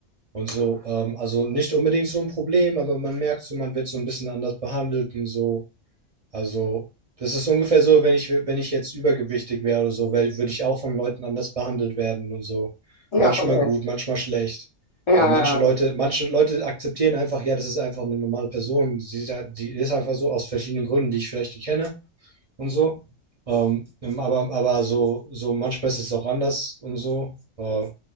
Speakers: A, on the right (about 45°); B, on the left (about 40°).
A: Und so, ähm, also nicht unbedingt so ein Problem, aber man merkt so, man wird so ein bisschen anders behandelt und so. Also, das ist ungefähr so, wenn ich, wenn ich jetzt übergewichtig wäre oder so, wär, würde ich auch von Leuten anders behandelt werden und so.
B: Ja,
A: Manchmal
B: Okay.
A: gut, manchmal schlecht.
B: ja, ja.
A: Weil manche Leute,
B: ja.
A: manche Leute akzeptieren einfach, ja, das ist einfach eine normale Person. Sie, ist halt- die ist einfach so aus verschiedenen Gründen, die ich vielleicht nicht kenne und so. Ähm, aber, aber so, so manchmal ist es auch anders und so. Äh,